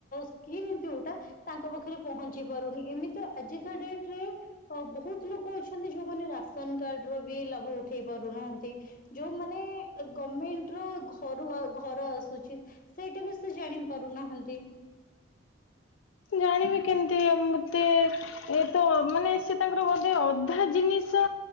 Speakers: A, on the left; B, on the left.
A: ସ୍କିମ୍ ଯୋଉଟା ତାଙ୍କ ପାଖରେ ପହଞ୍ଚି ଞ୍ଚି ପାରୁନି ଏମିତି ଆଜିକା ଡେଟରେ ବହୁତ ଲୋକ ଅଛନ୍ତି ଯୋଉମାନେ ରାସନ କାର୍ଡର ବି ଲାଭ ଉଠେଇ ପାରୁନାହାଁନ୍ତି ଯୋଉମାନେ ଗମେଣ୍ଟର ଘରୁ ଘର ଆସୁଛି ସେଇଟା ବି ସେ ଜାଣି ପାରୁନାହାଁନ୍ତି।
B: ଜାଣିବି କେମିତି ଆ ମତେ ଏ ତ ମାନେ ସେ ତାଙ୍କର ବୋଧେ ଅଧା ଜିନିଷ